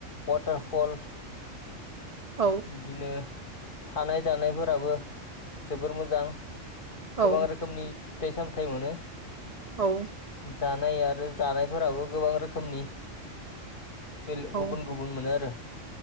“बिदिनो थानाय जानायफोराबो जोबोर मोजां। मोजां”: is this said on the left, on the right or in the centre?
Left